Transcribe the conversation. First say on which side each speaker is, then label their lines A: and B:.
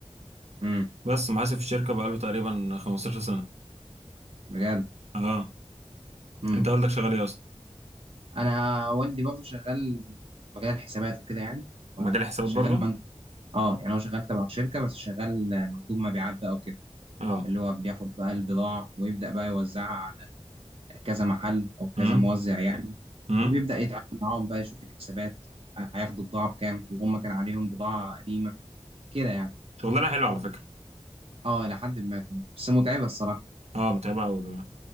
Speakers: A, on the right (about 60°); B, on the right (about 75°).
A: امم
B: بس محاسب في الشركة بقاله تقريبا 15 سنة
A: بجد
B: اه
A: امم
B: انت والدك شغال ايه اصلا
A: انا والدي برضه شغال مجال الحسابات وكده يعني
B: مجال
A: وشغال
B: حسابات برضو
A: مند... اه يعني هو شغال تبع شركة بس شغال آه، مندوب مبيعات بقى وكده
B: اه
A: اللي هو بياخد بقى البضاعة ويبدأ بقى يوزعها على كذا محل او كذا
B: امم
A: موزع يعني
B: امم
A: وبيبدأ يتعامل معاهم بقى يشوف الحسابات آه، هياخدوا بضاعة بكام طب هم كان عليهم بضاعة قديمة كده يعني
B: شغلانة حلوة على فكرة
A: اه إلى حد ما فهمت. بس متعبة الصراحة
B: اه متعبة قوي كمان